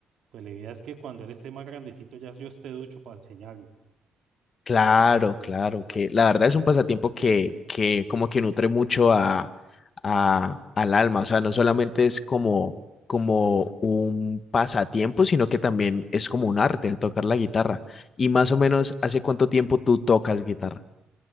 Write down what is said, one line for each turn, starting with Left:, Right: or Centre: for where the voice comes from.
Right: pues la idea es que cuando él esté más grandecito ya yo esté ducho para enseñarle.
Left: claro, claro, que la verdad es un pasatiempo que, que como que nutre mucho a, a- al alma, o sea, no solamente es como, como un pasatiempo, sino que también es como un arte el tocar la guitarra. Y más o menos, ¿hace cuánto tiempo tú tocas guitarra?